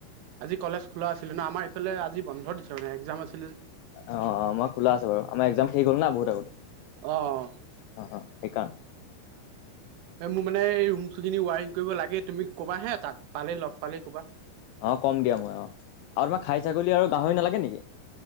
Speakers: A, on the right; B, on the left.
A: আজি কলেজ খোলাছিলে ন আমাৰফালে আজি বন্ধ দি একাম আছিল।
B: অঁ অঁ আমাৰ খোলা আছে বাৰু আমাৰ একজাম ঠিক হ'ল না বহুত আগতে।
A: অ
B: অঁ অঁ সেই কাৰণ।
A: মোৰ মানে এই ৰুম খিনি ৱাইৰিং কৰিব লাগে তুমি ক'বা হে তাক পালে লগ পালে কবা।
B: অঁ কম দিয়া মই অ আৰু
A: অ
B: তোমাৰ খাই ছাগলী আৰু গাহৰি নালাগে নেকি?